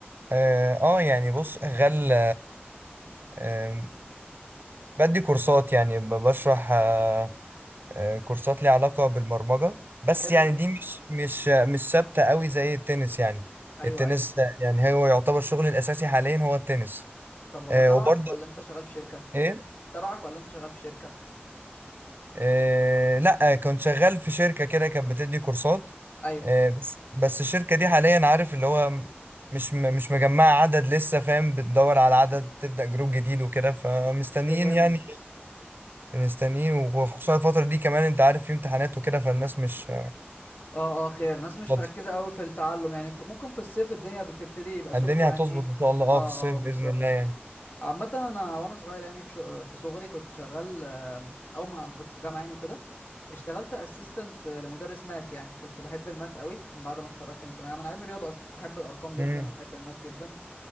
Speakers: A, on the right; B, on the left.
A: اه آه، يعني بص غل آه، بدي كورسات يعني ب- بشرح آه، آه، كورسات ليها علاقة بالبرمجة بس
B: حلو
A: يعني
B: جميل
A: دي مش مش مش ثابتة قوي زي التنس يعني
B: ايوه
A: التنس
B: ايوه
A: ده يعني هو يعتبر شغلي الأساسي حاليا هو التنس
B: طب هو
A: آه،
B: تبعك
A: وبرضه
B: ولا انت شغال في شركه
A: إيه
B: تبعك ولا انت شغال في شركه
A: آه، لأ كنت شغال في شركة كده كانت بتدي كورسات
B: ايوه
A: آه، بس بس الشركة دي حاليا عارف اللي هو م- مش م- مش مجمعة عدد لسه فاهم بتدور على عدد تبدأ جروب جديد وكده فمستنيين
B: فهمت
A: يعني مستنيين وخصوصا الفترة دي كمان انت عارف في امتحانات وكده فالناس مش
B: اه اه خير ناس
A: مش
B: مش
A: فاضية
B: مركزة قوي في التعلم يعني ف- ممكن في الصيف الدنيا بتبتدي يبقى سوقكم
A: الدنيا
B: يعني
A: هتظبط
B: ايه
A: ان شاء الله اه
B: اه
A: في الصيف
B: اه بالظبط
A: بإذن الله يعني
B: عامة انا وانا صغير يعني في شو... في صغري كنت شغال آه، او ما كنت في جامعة يعني وكده اشتغلت اسيستنت لمدرس ماث يعني كنت بحب الماث قوي من بعد ما اتخرجت من ثانوية عامة انا علمي رياضة اصلا بحب الارقام جدا
A: امم
B: وبحب الماث جدا